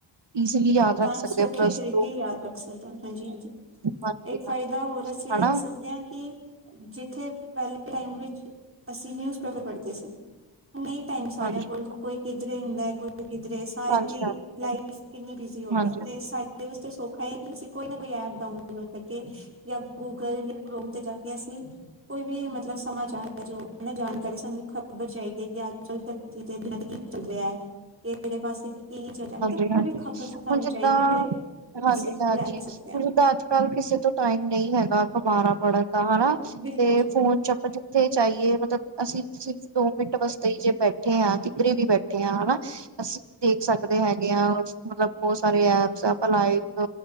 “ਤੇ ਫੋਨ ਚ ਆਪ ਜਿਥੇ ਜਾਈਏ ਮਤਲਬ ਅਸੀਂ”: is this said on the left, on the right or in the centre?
Right